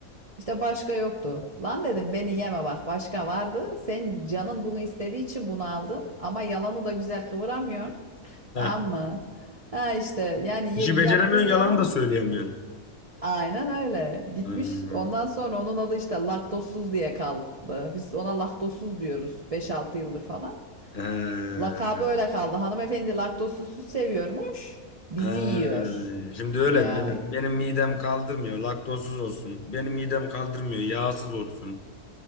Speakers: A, on the right; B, on the left.
A: İşte başka yoktu. Lan dedim beni yeme bak başka vardı. Sen canın bunu istediği için bunu aldın ama yalanı da güzel kıvıramıyorsun.
B: Heh.
A: Tamam mı? Ha işte yani ye-
B: İşi beceremiyorsun,
A: yaptığın yalan
B: yalan da söyleyemiyorsun.
A: aynen öyle. Gitmiş
B: Hmm.
A: ondan sonra onun adı işte laktozsuz diye kaldı. Biz ona laktozsuz diyoruz beş altı yıldır falan.
B: Ee,
A: Lakabı öyle kaldı. Hanımefendi laktozsuz süt seviyormuş. Bizi
B: ee,
A: yiyor.
B: şimdi öyle
A: Ya
B: mi? Mehmet? Benim midem kaldırmıyor, laktozsuz olsun. Benim midem kaldırmıyor, yağsız olsun.